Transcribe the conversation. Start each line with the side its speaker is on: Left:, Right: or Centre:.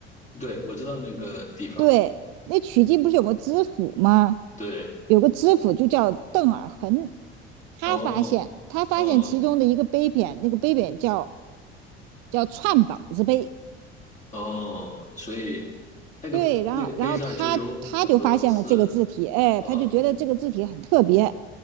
Left: 对，我知道那个地方。
Right: 对，那曲靖不是有个知府吗？
Left: 对，
Right: 有个知府就叫邓尔恒，他发现他发现其中的一个碑匾，
Left: 哦，哦，
Right: 那个碑匾叫叫串宝子碑，
Left: 哦，所以那个那个碑上就有很多字。
Right: 对，然后然后他他就发现了这个字体，哎，
Left: 哦，
Right: 他就觉得这个字体很特别。
Left: 那个，